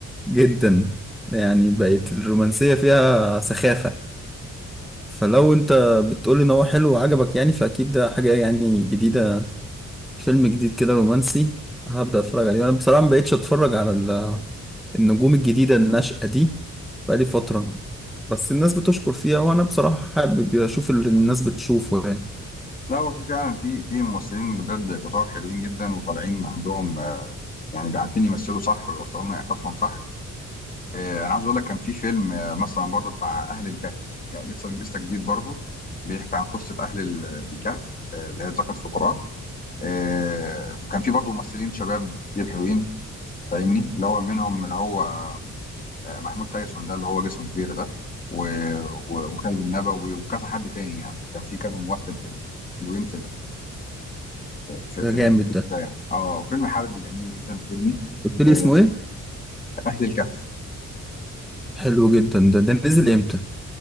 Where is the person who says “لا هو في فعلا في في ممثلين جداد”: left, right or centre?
Left